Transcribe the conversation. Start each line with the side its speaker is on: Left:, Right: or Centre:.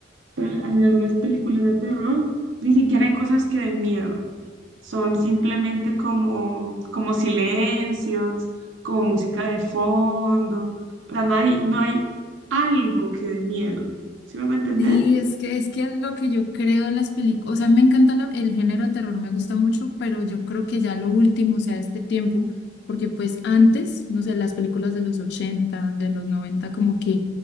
Right: pero en algunas películas de terror ni siquiera hay cosas que den miedo. Son simplemente como, como silencios, como música de fondo. O sea, no hay, no hay algo que dé miedo. ¿Sí me voy a entender?
Left: Sí, es que es que es lo que yo creo de las películas, o sea, me encanta la- el género de terror, me gusta mucho, pero yo creo que ya lo último, o sea, este tiempo, porque pues antes, no sé, las películas de los 80, de los 90, como que